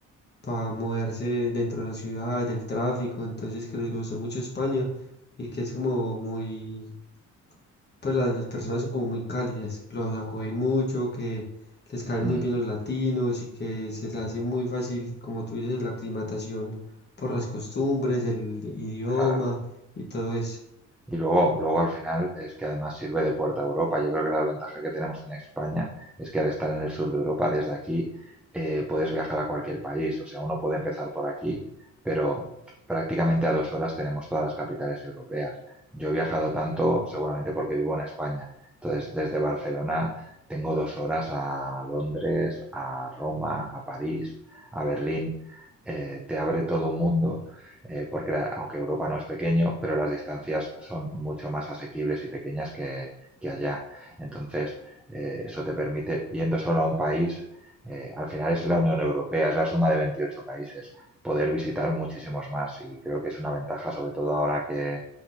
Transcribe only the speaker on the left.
para moverse dentro de la ciudad, del tráfico, entonces que les gustó mucho España y que es como muy, pues las personas son como muy cálidas, los acogen mucho, que les caen
muy bien los latinos y que se les hace muy fácil, como tú dices, la aclimatación por las costumbres, el idioma
y todo eso.